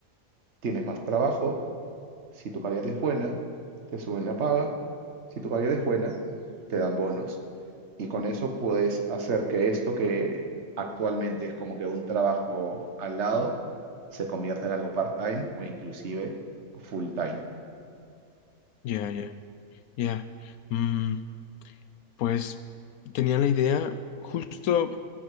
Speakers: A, on the right (about 50°); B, on the left (about 80°).
A: tienes más trabajo, si tu calidad es buena, te suben la paga. Si tu calidad es buena, te dan bonos. Y con eso puedes hacer que esto que actualmente es como que un trabajo al lado, se convierta en algo part-time o inclusive full-time.
B: Ya, ya. Ya. Mm, pues tenía la idea, justo